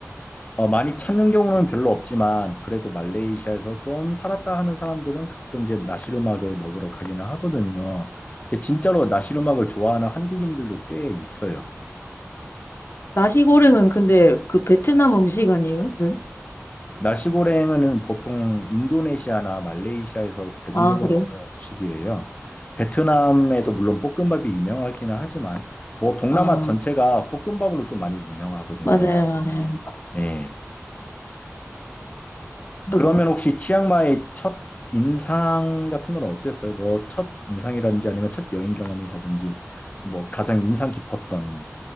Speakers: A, on the left; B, on the left.
A: 어, 많이 찾는 경우는 별로 없지만 그래도 말레이시아에서 좀 살았다 하는 사람들은 가끔 이제 나시르막을 먹으러 가기는 하거든요. 근데 진짜로 나시르막을 좋아하는 한국인들도 꽤 있어요.
B: 나시고랭은 근데 그 베트남 음식 아니에요? 네.
A: 나시고랭은 보통 인도네시아나 말레이시아에서 대중적으로
B: 아, 그래요?
A: 먹는 음식이에요. 베트남에도 물론 볶음밥이 유명하기는 하지만 뭐 동남아
B: 아.
A: 전체가 볶음밥으로 좀 많이 유명하거든요.
B: 맞아요, 맞아요.
A: 예.
B: 그리고
A: 그러면 혹시 치앙마이 첫 인상 같은 건 어땠어요? 뭐 첫 인상이라든지 아니면 첫 여행 경험이라든지 뭐 가장 인상 깊었던